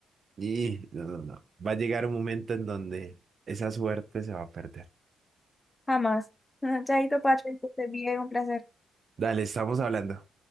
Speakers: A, on the right; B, on the left.
A: Y no, no, no, va a llegar un momento en donde esa suerte se va a perder.
B: Jamás. <laughs> Chaito, Patrick, que estés bien, un placer.
A: Dale, estamos hablando.